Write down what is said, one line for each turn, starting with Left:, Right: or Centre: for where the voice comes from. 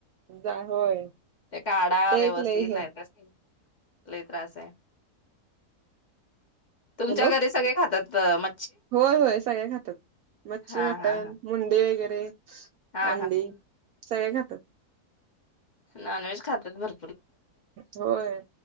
Right: जा होय
Left: ते काढा..
Right: ते
Left: व्यवस्थित
Right: एक लय
Left: नाहीतर..
Right: हे
Left: लय त्रास हाय. तुमच्या
Right: हॅलो
Left: घरी सगळे खातात? तर म
Right: होय, होय सगळे खातात मच्छी,
Left: हा
Right: मटण,
Left: हा हा
Right: मुंडे वगैरे.. रिकामा
Left: हा
Right: ऑडिओ अंडी. सगळे खाता तं
Left: नॉन व्हेज खातात भर
Right: होय,